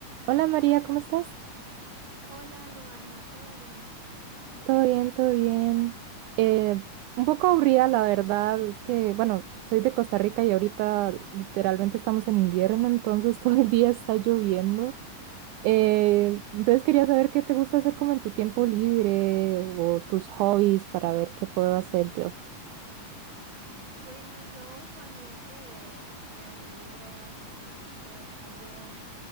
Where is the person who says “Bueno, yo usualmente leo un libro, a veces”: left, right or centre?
Right